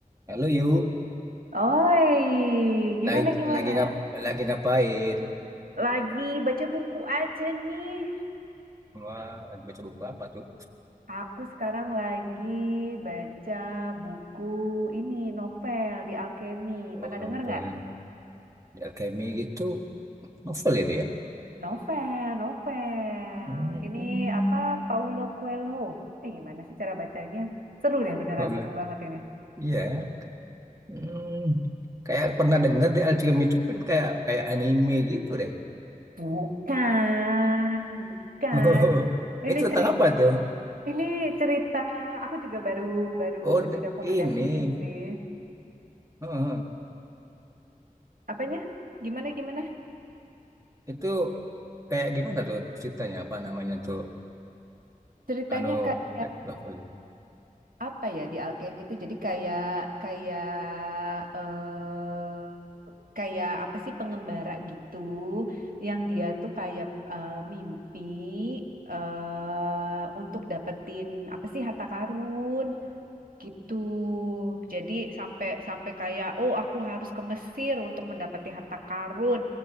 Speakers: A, on the right (about 20°); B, on the right (about 75°).
A: Halo Yu,
B: Oi, gimana
A: lagi
B: gimana?
A: lagi ngap lagi ngapain?
B: Lagi baca buku aja nih.
A: Wah, lagi baca buku apa tuh?
B: Aku sekarang lagi baca buku ini novel di Alchemy.
A: Oh,
B: Pernah
A: novel,
B: denger nggak?
A: The Alchemy gitu, novel ya dia.
B: Novel, novel.
A: Hmm,
B: Ini apa Paulo Coelho? Eh gimana sih cara bacanya? Seru deh beneran,
A: boleh.
B: seru banget ini.
A: Iya. Hmm, kayak pernah dengar The Alchemy itu kayak kayak anime gitu deh.
B: Bukan, bukan.
A: <laughs>
B: Ini
A: Itu tentang
B: cerita,
A: apa tuh?
B: ini cerita. Aku juga baru baru
A: Oh, d-
B: direkomendasiin
A: ini.
B: sih.
A: Heeh.
B: Apanya? Gimana gimana?
A: itu kayak gimana tuh ceritanya? Apa namanya tuh?
B: Ceritanya
A: Anu
B: kayak
A: eh, novel.
B: apa ya di alkemi itu? Jadi kayak kayak eh kayak apa sih pengembara gitu yang dia tuh kayak eh, mimpi eh untuk dapetin apa sih harta karun. gitu. Jadi sampai sampai kayak oh aku harus ke Mesir untuk mendapati harta karun